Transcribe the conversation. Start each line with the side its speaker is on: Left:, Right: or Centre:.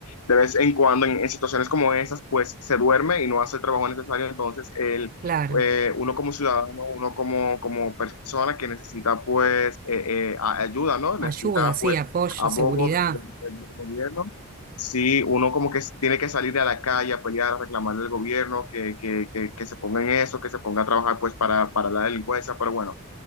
Left: de vez en cuando en, en situaciones como esas pues se duerme y no hace el trabajo necesario, entonces el,
Right: Claro,
Left: eh, uno como ciudadano, uno como, como persona que necesita pues eh, eh, a- ayuda, ¿no?
Right: ayuda,
Left: Necesita
Right: sí,
Left: pues
Right: apoyo,
Left: abogo
Right: seguridad.
Left: de- de- de- del gobierno. Sí, uno como que tiene que salir a la calle a pelear, a reclamarle al gobierno que, que, que, que se ponga en eso, que se ponga a trabajar pues para, para la delincuencia, pero bueno,